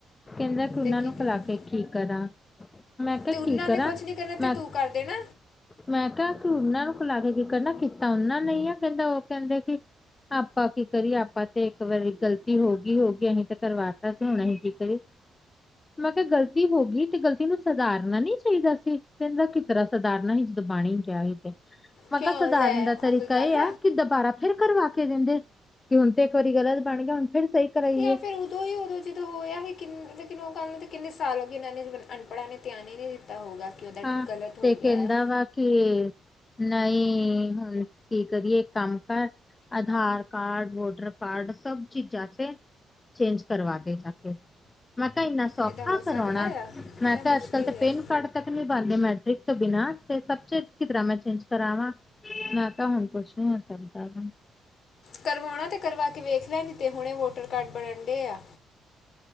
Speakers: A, on the left; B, on the left.
A: ਕਹਿੰਦਾ ਕਿ ਉਹਨਾਂ
B: ਤੇ ਕੀ
A: ਨੂੰ
B: ਕਹਿੰਦਾ
A: ਖਿਲਾ ਕੇ ਕੀ ਕਰਾਂ ਮੈਂ ਕਿਹਾ
B: ਤੇ ਉਹਨਾਂ
A: ਕੀ ਕਰਾਂ
B: ਨੇ ਕੁਝ ਨਹੀਂ ਕਰਨਾ
A: ਮੈਂ
B: ਤੇ ਤੂੰ ਕਰ ਦੇਣਾ
A: ਮੈਂ ਕਿਹਾ ਕਿ ਉਹਨਾਂ ਨੂੰ ਖੁਲਾ ਕੇ ਜਿਕਰ ਨਾ ਕੀਤਾ ਉਹਨਾ ਨਹੀਂ ਆ ਕਹਿੰਦਾ ਉਹ ਕਹਿੰਦੇ ਕਿ ਆਪਾਂ ਕੀ ਕਰੀਏ ਆਪਾਂ ਤੇ ਇੱਕ ਵਾਰੀ ਗ਼ਲਤੀ ਹੋ ਗਈ ਹੋ ਗਈ ਅਸੀਂ ਤੇ ਕਰਵਾਤਾ ਸੀ ਹੁਣ ਅਸੀਂ ਕੀ ਕਰੀਏ ਮੈਂ ਕਿਹਾ ਗ਼ਲਤੀ ਹੋ ਗਈ ਤੇ ਗਲਤੀ ਨੂੰ ਸੁਧਾਰਨਾ ਨ ਚਾਹੀਦਾ ਸੀ ਕਿੰਦਾ ਕਿ ਤਰ੍ਹਾਂ ਸਧਾਰਨਾ ਹੀ ਦਬਾਣੀ ਗਿਆ ਸੀ ਤੇ ਮੈਂ
B: ਕਿਉਂ
A: ਕਿਹਾ ਸਧਾਰਨ
B: ਲੈ
A: ਦਾ ਤਰੀਕਾ
B: ਆ ਕੋਈ ਗੱਲ
A: ਇਹ ਆ ਕਿ ਦੁਬਾਰਾ ਫਿਰ ਕਰਵਾ ਕੇ ਦਿੰਦੇ ਕਿ ਹੁਣ ਤੇ ਇੱਕ ਵਾਰੀ ਗਲਤ ਬਣ ਗਿਆ ਹੁਣ ਫਿਰ ਸਹੀ ਕਰਾਈਏ
B: ਜਾਂ ਫਿਰ ਉਦੋਂ ਹੀ ਉਦੋਂ ਜਦੋਂ ਹੋਇਆ ਹੀ ਕਿੰ ਲੇਕਿਨ ਉਹ ਗੱਲ ਨੂੰ ਤੇ ਕਿੰਨੇ ਸਾਲ ਹੋ ਗਏ ਇਹਨਾਂ ਨੇ ਅਨਪੜ੍ਹਾਂ ਨੇ ਧਿਆਨ ਹੀ ਨਈ ਦਿੱਤਾ ਪਤਾ ਹੋਊਗਾ ਕਿ ਉਹਦਾ
A: ਹਾਂ
B: ਗਲਤ ਹੋ
A: ਤੇ
B: ਗਿਆ
A: ਕਹਿੰਦਾ ਵਾ ਕਿ ਨਹੀਂ ਹੁਣ ਕੀ ਕਰੀਏ ਕੰਮ ਕਰ ਆਧਾਰ ਕਾਰਡ ਵੋਟਰ ਕਾਰਡ ਸਭ ਚੀਜ਼ ਜਾਸ ਚੇਂਜ ਕਰਵਾ ਦੇ ਜਾ ਕੇ ਮੈਂ ਕਿਹਾ ਇੰਨਾ ਸੌਖਾ
B: ਇਹਦਾ ਹੋ
A: ਕਰਾਉਣਾ
B: ਸਕਦਾ ਆ
A: ਮੈਂ
B: ਕਿੰਨਾ
A: ਕਿਹਾ
B: ਮੁਸ਼ਕਿਲ
A: ਅੱਜ ਕੱਲ ਤੇ
B: ਆ
A: ਕ ਤੱਕ ਨਹੀਂੀ ਬਣਦੇ ਮੈਟ੍ਰਿਕ ਤੋਂ ਬਿਨਾਂ ਤੇ ਸਭ ਚ ਕਿਰ ਮੈਂ ਚੇਂਜ ਕਰਾਵਾਂ ਮੈਂ ਤਾਂ ਹੁਣ ਕੁਛ ਨ ਹੋ ਸਕਦਾ ਵ
B: ਕਰਵਾਉਣਾ ਅਤੇ ਕਰਵਾ ਕੇ ਵੇਖ ਲੈਦੀ ਅਤੇ ਹੁਣੇ ਵੋਟਰ ਕਾਰਡ ਬਣਨ ਡੇ ਆ